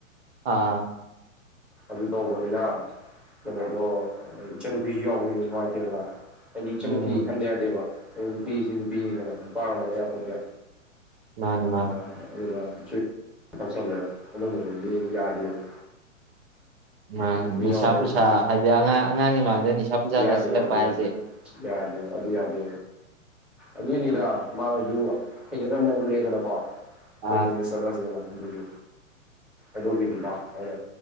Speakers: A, on the right; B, in the centre.
A: ꯑꯥ
B: ꯑꯗꯨ ꯇꯧꯕꯅꯤꯅ ꯀꯩꯅꯣꯗꯣ ꯏꯆꯟꯅꯨꯄꯤꯁꯨ ꯌꯥꯎꯕꯅꯤꯅ ꯅꯨꯡꯉꯥꯏꯇꯦꯗꯅ ꯑꯩꯗꯤ ꯏꯆꯟꯅꯨꯨꯄꯤ
A: ꯎꯝ ꯎꯝ
B: ꯈꯟꯗ ꯌꯥꯗꯦꯕ ꯑꯗꯨ ꯅꯨꯄꯤꯁꯤꯗꯤ ꯅꯨꯄꯤꯅꯤꯗꯅ ꯅꯨꯄꯥꯒ ꯃꯥꯟꯅꯕ ꯌꯥꯄꯣꯟꯇꯦ
A: ꯃꯥꯅꯦ
B: ꯑꯗꯨꯅ
A: ꯃꯥꯅꯦ
B: ꯑꯗꯨꯅ ꯁꯤ ꯐꯪꯁꯜꯂꯦ ꯑꯗꯨꯝꯕꯗꯨꯗꯤ ꯌꯥꯗꯦꯕ
A: ꯃꯥ
B: ꯅꯨꯄꯤ
A: ꯅꯤꯁꯥ
B: ꯌꯥꯎꯔꯝꯃꯗꯤ
A: ꯄꯨꯁꯥ ꯍꯥꯏꯗꯤ ꯑꯉꯥꯡ ꯑꯉꯥꯡꯒꯤ ꯃꯥꯡꯗ ꯅꯤꯁꯥ ꯄꯨꯁꯥ
B: ꯌꯥꯗꯦ
A: ꯆꯥꯁꯤꯜꯂꯛꯄ
B: ꯌꯥꯗꯦ ꯌꯥꯗꯦ
A: ꯍꯥꯏꯁꯦ
B: ꯌꯥꯗꯦ ꯑꯗꯨ ꯌꯥꯗꯦ ꯑꯗꯨꯏꯅꯤꯗ ꯃꯥꯅꯁꯨ ꯍꯩꯅꯗꯕ ꯃꯑꯣꯡ ꯎꯠꯂꯛꯑꯦꯗꯅꯀꯣ
A: ꯑꯥ
B: ꯀꯨꯝꯃꯁꯦ ꯆꯠꯂꯁꯦꯅ ꯑꯗꯨꯒꯤ ꯑꯗꯨꯒꯤꯅꯤꯗ ꯍꯥꯏꯔꯦ